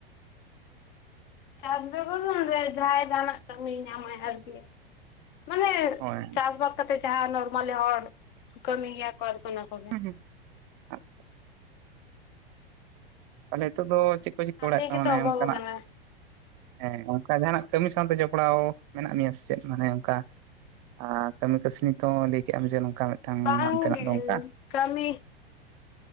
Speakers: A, on the left; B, on the right.
A: ᱪᱟᱥ ᱵᱮᱜᱚᱨ ᱱᱚᱰᱮ ᱡᱟᱦᱟᱸᱭ ᱡᱟᱦᱟᱱ ᱟᱜ ᱠᱟᱹᱢᱤᱭ ᱧᱟᱢᱟᱭ ᱟᱨᱠᱤ ᱢᱟᱱᱮ
B: ᱦᱳᱭ
A: ᱪᱟᱥ ᱵᱟᱫ ᱠᱟᱛᱮᱜ ᱡᱟᱸᱦᱟ ᱱᱚᱨᱢᱟᱞᱤ ᱦᱚᱲ ᱠᱟᱹᱢᱤ ᱜᱮᱭᱟ ᱠᱚ ᱟᱨ ᱠᱚ ᱚᱱᱟ ᱠᱚ ᱜᱮ
B: ᱦᱩᱸ ᱦᱩᱸ <unintelligible> ᱛᱟᱦᱞᱮ ᱱᱤᱛᱚᱜ ᱫᱚ ᱪᱮᱫ ᱠᱚ ᱪᱤᱠᱟᱹ
A: ᱠᱟᱹᱢᱤ
B: <unintelligible>
A: ᱜᱮᱛᱚ
B: ᱢᱟᱱᱮ
A: ᱚᱵᱷᱟᱵ
B: ᱚᱱᱠᱟ ᱱᱟᱜ
A: ᱟᱠᱟᱱᱟ
B: ᱦᱮᱸ ᱚᱱᱠᱟ ᱡᱟᱦᱟ ᱱᱟᱜ ᱠᱟᱹᱢᱤ ᱥᱟᱶ ᱛᱮ ᱡᱚᱯᱲᱟᱣ ᱢᱮᱱᱟᱜ ᱢᱮᱭᱟ ᱥᱮ ᱪᱮᱫ ᱢᱟᱱᱮ ᱚᱱᱠᱟ ᱟᱨ ᱠᱟᱹᱢᱤ ᱠᱟᱹᱥᱱᱤ ᱠᱚ ᱞᱟᱹᱭ ᱠᱮᱜᱟᱢ ᱡᱮ ᱱᱚᱝᱠᱟ ᱢᱤᱫᱴᱟᱝ
A: ᱵᱟᱝ
B: ᱦᱟᱱᱛᱮᱱᱟᱜ
A: ᱜᱮ
B: ᱫᱚ ᱚᱱᱠᱟ
A: ᱠᱟᱹᱢᱤ